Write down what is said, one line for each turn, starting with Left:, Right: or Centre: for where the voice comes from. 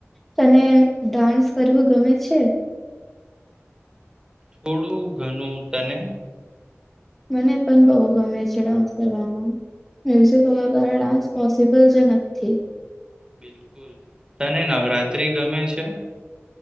Centre: તને ડાન્સ કરવું ગમે છે
Right: થોડું ઘણું તને
Centre: મને પણ બઉ ગમે છે ડાન્સ કરવામાં મ્યુઝિક
Right: હમ
Centre: હોવા વગર ડાન્સ પોસિબલ જ નથી
Right: બિલકુલ તને નવરાત્રી ગમે છે